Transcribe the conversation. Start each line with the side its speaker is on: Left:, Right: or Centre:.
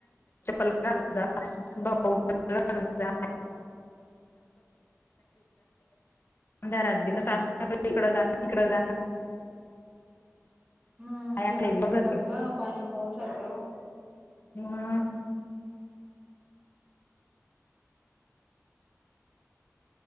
Left: पलकार जाबाऊ जा अधारात तस इकड जा तिकड जा
Right: ह
Left: काय ऐकलंय
Right: बिना चप्पलच
Left: बघत नाही
Right: पाणी पावसाचं
Left: मग